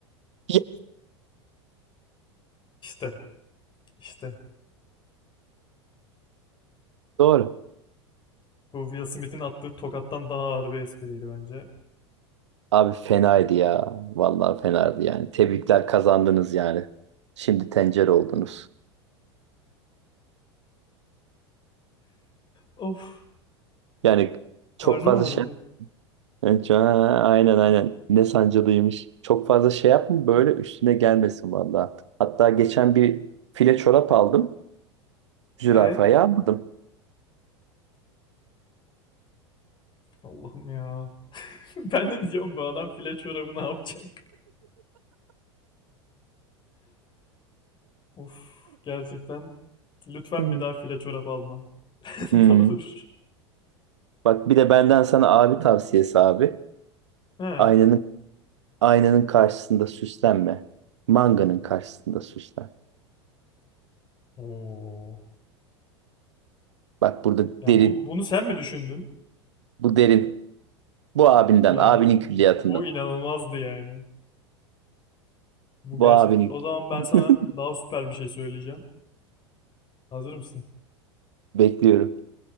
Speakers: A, on the right (about 75°); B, on the left (about 30°).
A: Ya,
B: İşte işte.
A: Doğru.
B: Bu Will Smith'in attığı tokattan daha ağır bir espriydi bence.
A: Abi fenaydı ya. Vallahi fenaydı yani. Tebrikler kazandınız yani. Şimdi tencere oldunuz.
B: Of
A: Yani
B: karnım
A: çok fazla
B: ağrıdı.
A: şey... Evet, ha, Aynen aynen. Ne sancılıymış. Çok fazla şey yapma böyle üstüne gelmesin vallahi. Hatta geçen bir file çorap aldım. Zürafayı
B: E
A: aldım.
B: Allah'ım ya. <laughs> Ben de diyeceğim bu adam file çorabı ne yapacak? Of gerçekten. Lütfen
A: Hı.
B: bir daha file çorap alma. <laughs>
A: Hmm.
B: Ne olur.
A: Bak bir de benden sana abi tavsiyesi abi.
B: He.
A: Aynanın aynanın karşısında süslenme. Manganın karşısında süslen.
B: Oo.
A: Bak burada
B: Ya
A: derin.
B: bu, bunu sen mi düşündün?
A: Bu derin. Bu abinden,
B: Ya
A: abinin
B: bu
A: külliyatından.
B: bu inanılmazdı yani. Bu
A: Bu
B: gerçek.
A: abinin.
B: O zaman ben
A: <laughs>
B: sana daha süper bir şey söyleyeceğim. Hazır mısın?
A: Bekliyorum.